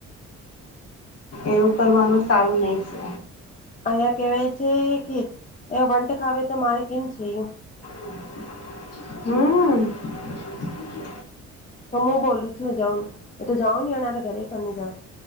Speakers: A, on the left; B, on the left.
A: એવું કરવાનું સારું નઈ છે.
B: અહયા કેવાય છે કે વંટ ખાવે તો મારે કેમ છે એ
A: હમ
B: તો હું બોલું છું જાઉન તો જાઉ એના ઘરે કની જા